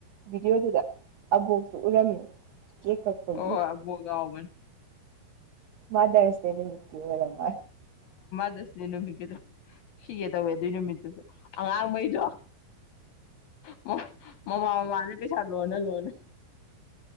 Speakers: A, on the right; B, on the left.
A: ꯚꯤꯗꯤꯑꯣꯗꯨꯗ ꯑꯕꯣꯛꯇꯨ ꯎꯔꯝꯃꯤ ꯀꯦꯛ ꯀꯛꯄꯒꯤ
B: ꯑꯣꯕꯣꯒꯑꯣꯕ
A: ꯃꯥꯗꯁ ꯁꯦꯝꯅꯤ ꯀ ꯑꯣꯏꯔꯃ
B: ꯃꯗꯗꯤ ꯅꯨꯃꯤꯠꯀꯤꯗ ꯁꯤꯒꯦ ꯇꯧꯋꯦ ꯑꯗꯨꯏ ꯅꯨꯃꯤꯠꯇꯨꯁꯨ ꯑꯉꯥꯡꯉꯩꯗꯣ ꯃꯃꯥ ꯃꯃꯥꯅꯦ ꯄꯩꯁꯥ ꯂꯣꯟꯅ ꯂꯣꯟꯅꯤ